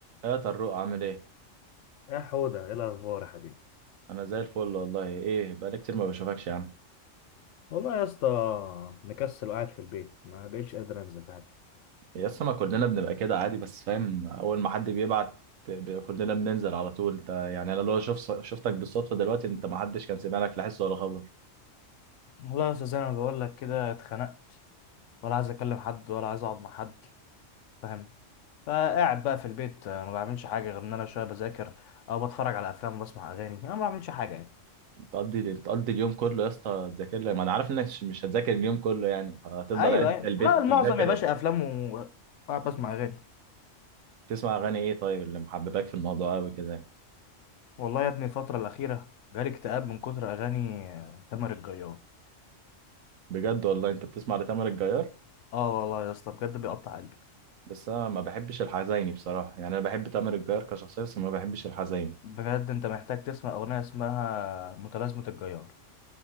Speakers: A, on the right; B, on the left.
A: يا طروق عامل ايه
B: يا حودة ايه الأخبار يا حبيبي؟
A: انا زي الفل والله ايه بقالي كتير ما بشوفكش يا عم
B: والله يا اسطى مكسل وقاعد في البيت ما بقتش قادر أنزل حتى
A: يا اسطى ما كلنا بنبقى كده عادي بس فاهم اول ما حد بيبعت بيبقى كلنا بننزل على طول انت يعني انا لو شوف شفتك بالصدفه دلوقتي انت ما حدش كان سمع لك لا حس ولا خبر
B: والله يا أستاذ زي ما بقول لك كده اتخنقت ولا عايز اكلم حد ولا عايز اقعد مع حد فاهم فقاعد بقى في البيت آه، ما بعملش حاجه غير ان انا شويه بذاكر او بتفرج على افلام وبسمع اغاني انا ما بعملش حاجه يعني
A: تقضي تقضي اليوم كله يا اسطى تذاكر لي ما انا عارف انك مش مش هتذاكر اليوم كله يعني هتفضل
B: ايوه
A: قاعد
B: ايوه
A: في البيت
B: لا المعظم
A: تذاكر
B: يا باشا افلام و- وقاعد بسمع اغاني
A: تسمع اغاني ايه طيب اللي محببك في الموضوع قوي كده يعني
B: والله يا ابني الفتره الاخيره جالي اكتئاب من كتر اغاني آه، تامر الجيار
A: بجد والله انت بتسمع لتامر الجيار
B: اه والله يا اسطى بجد بيقطع قلبي
A: بس انا ما بحبش الحزيني بصراحه يعني انا بحب تامر الجيار كشخصيه بس ما بحبش الحزيني
B: بجد انت محتاج تسمع اغنيه اسمها متلازمه الجيار